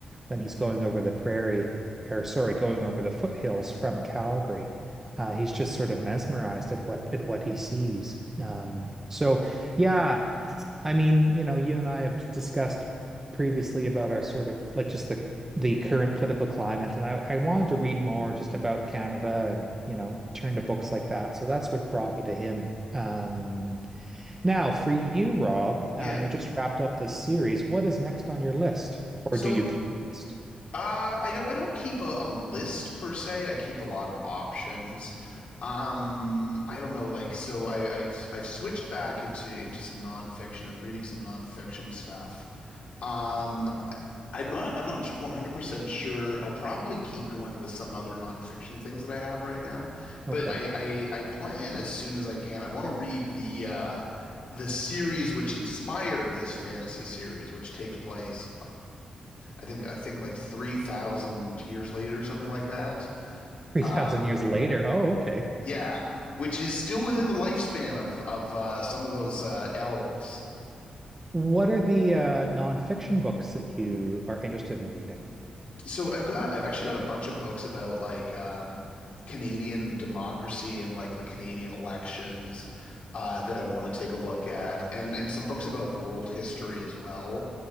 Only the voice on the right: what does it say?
when he's going over the prairie, or sorry, going over the foothills from Calgary. Uh, he's just sort of mesmerized at what at what he sees. Um, so yeah, I mean, you know, you and I have discussed previously about our sort of like just the the current political climate, and I, I wanted to read more just about Canada and, you know, turn to books like that. So that's what brought me to him. Um, now for you, Rob,
uh, you just wrapped up this series. What is next on your list?
Or do you keep a list?
Okay.
<laughs> 3,000
years later. Oh, okay.
What are the uh, nonfiction books that you are interested in reading?